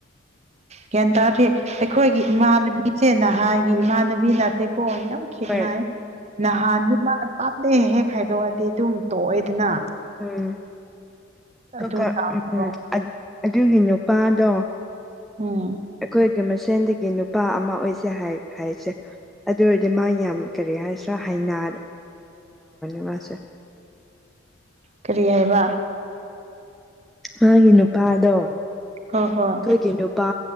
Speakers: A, on the right; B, in the centre.
A: ꯒ꯭ꯌꯥꯟ ꯇꯥꯗꯦ ꯑꯩꯈꯣꯏꯒꯤ ꯏꯃꯥꯟꯅꯕꯤꯁꯦ ꯅꯍꯥꯟꯒꯤ ꯏꯃꯥꯟꯅꯕꯤ ꯃꯤ ꯅꯠꯇꯦꯀꯣ ꯌꯥꯝ ꯈꯦꯠꯅꯩ
B: ꯍꯣꯏ
A: ꯅꯍꯥꯟꯃꯨꯛ ꯃꯥ ꯄꯥꯝꯗꯦ ꯍꯦꯛ ꯈꯥꯏꯗꯣꯛ ꯑꯗꯤ ꯑꯗꯨꯝ ꯇꯣꯛꯑꯦꯗꯅ
B: ꯎꯝ ꯀꯛ
A: ꯑꯗꯨ
B: ꯀꯥ
A: ꯇꯥꯎꯗꯕ
B: ꯎꯝ ꯑꯗꯨꯒꯤ ꯅꯨꯄꯥꯗꯣ
A: ꯎꯝ
B: ꯑꯩꯈꯣꯏꯒꯤ ꯃꯁꯦꯟꯗꯒꯤ ꯅꯨꯄꯥ ꯑꯃ ꯑꯣꯏꯁꯦ ꯍꯥꯏꯁꯦ ꯑꯗꯨ ꯑꯣꯏꯔꯗꯤ ꯃꯥ ꯌꯥꯝ ꯀꯔꯤ ꯍꯥꯏꯁꯤꯔ ꯍꯩꯅꯥ <unintelligible> ꯃꯥꯁꯦ
A: ꯀꯔꯤ ꯍꯥꯏꯕ
B: ꯃꯥꯒꯤ ꯅꯨꯄꯥꯗꯣ
A: ꯍꯣꯏ ꯍꯣꯏ
B: ꯑꯩꯈꯣꯏꯒꯤ ꯅꯨꯄꯥ